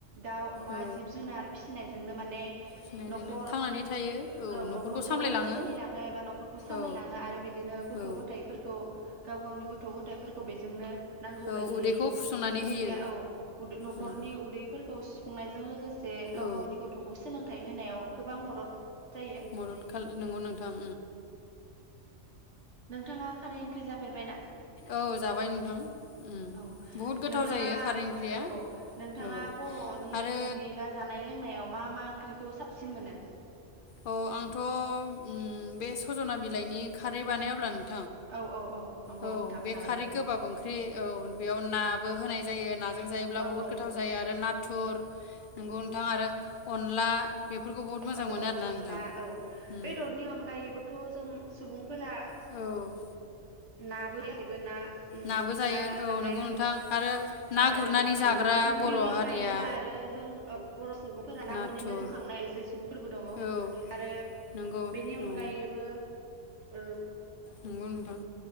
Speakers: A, on the right; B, on the left.
A: दाउ अमा
B: औ
A: जिब जुनार फिसिनाय जोंनो माने न'खर
B: फिनायजोंनो थांनानै थायो
A: औ न'खरखौ
B: सामलायलाङो
A: सोलिलाङो एबा न'खरखौ सामलायलाङो
B: औ
A: आरो बिदिनो गथ'
B: औ
A: गथायाइफोरखौ गाव गावनि गथ' गथायाइफोरखौ बेजोंनो नांगौ
B: औ
A: बायदियै
B: उदैखौ फुसंनानै
A: खायसेया
B: होयो
A: औ। हरनि
B: उम
A: उदैफोरखौस खुंनायजों लोगोस जे गाव
B: औ
A: गावनि गथ'खौ सोलोंथाइ होनायाव गोबां मदद जायो
B: मदद खाल नंगौ नोंथां।
A: नोंथाङा खारै ओंख्रि जाफेरबायना।
B: औ जाबाय नोंथां उम
A: औ
B: बहुद गोथाव
A: नोंथाङा
B: जायो खारै ओंख्रिया
A: औ औ नोंथाङा
B: औ
A: बर'नि
B: आरो
A: ओंख्रि बा जानाय लोंनायाव मा मा ओंख्रिखौ साबसिन मोनो?
B: अ आंथ' उम बे सज'ना बिलाइनि खारै बानायाब्ला नो
A: औ औ औ। नंगौ
B: औ
A: नोंथां
B: बे
A: बानायो।
B: खारै गोबाब ओंख्रि औ बेयाव नाबो होनाय जायो नाजों जायोब्ला
A: औ
B: बुहुट
A: औ
B: गोथाव जायो आरो ना नाथुर नोंगौ नोंथां आरो अनला। बेफोरखौ बहुत मोजां
A: औ
B: मोनो
A: औ
B: आरोना
A: अनला
B: नोंथां
A: औ
B: उम
A: बेदरनि अनगायैबोथ' जों सुबुंफोरा।
B: औ
A: नाबो <inaudible> ना ओम,
B: नाबो जायो
A: ना
B: औ
A: जानाय
B: नंगौ
A: लोंनाय
B: नोंथां आरो ना
A: आरो
B: गुरनानै जाग्रा
A: औ ओंख्रिनि
B: बर'
A: अनगायैबो
B: हारिया
A: आरो जों औ बर' सुबुंफोरा ना
B: नाथुर
A: गुरनैनो जौखांनाय आइजो सुबुंफोरबो दङ
B: औ
A: आरो
B: नंगौ
A: बेनि अनगायैबो
B: औ
A: औ।
B: नंगौ नोंथां।